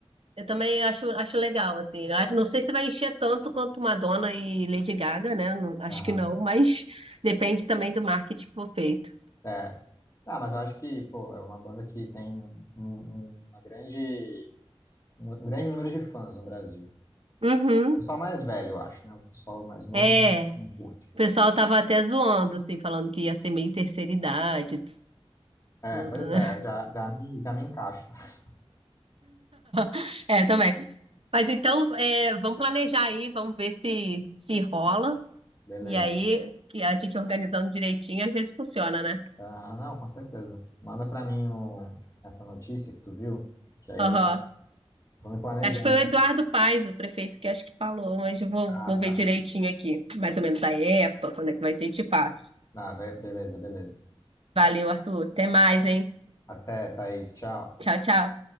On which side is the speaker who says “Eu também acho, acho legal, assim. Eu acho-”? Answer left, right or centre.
Right